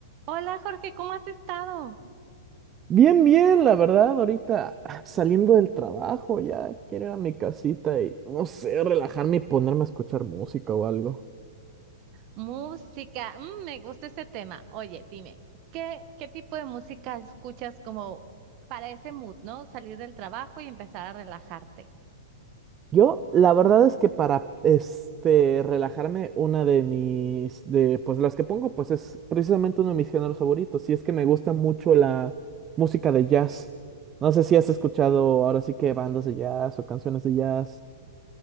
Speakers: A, on the right (about 40°); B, on the right (about 25°).
A: Hola Jorge, ¿cómo has estado?
B: Bien, bien, la verdad, ahorita ah, saliendo del trabajo, ya quiero ir a mi casita y, no sé, relajarme y ponerme a escuchar música o algo.
A: Música, mm, me gusta ese tema. Oye, dime, ¿qué, qué tipo de música escuchas como para ese mood, ¿no? Salir del trabajo y empezar a relajarte.
B: Yo, la verdad es que para, este, relajarme, una de mis, de, pues las que pongo, pues es precisamente uno de mis géneros favoritos, y es que me gusta mucho la música de jazz. No sé si has escuchado ahora sí que bandas de jazz o canciones de jazz.